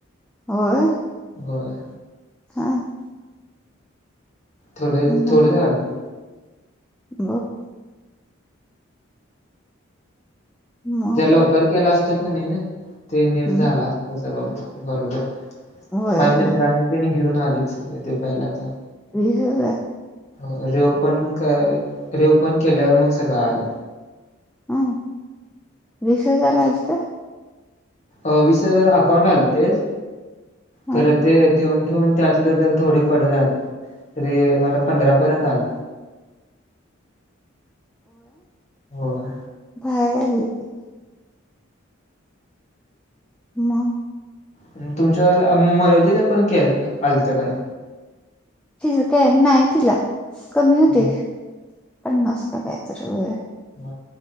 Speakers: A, in the centre; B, on the left.
A: होय.
B: होय.
A: <unintelligible>
B: थोडे
A: मग
B: थोडे झालते.
A: <unintelligible> मग
B: ज्या लवकर केल असत कि नाही. ते नीट
A: हम्म
B: झाल असत सगळ बरोबर.
A: होय
B: माया मित्रानी
A: होय
B: तेनी घेऊन आलेच. ते पहिलाचा
A: <unintelligible>
B: होय. रिओपन क रिओपन केल्यावर मग सगळं आल.
A: हा वीस हजार आलत?
B: अ वीस हजार अकाउंट आलतेत
A: हं
B: खर ते ठेवून ठेवून त्यातल जर थोडे कट झालते. तरी मला पंधरा पर्यंत आलते. होय.
A: भाइर आली इथे. मग
B: आणि तुमच्या वाल मयोदीला पण केल आलत काय?
A: तिज काय नाही तिला कमी होते.
B: हा,
A: पन्नास का काय तर होय.
B: म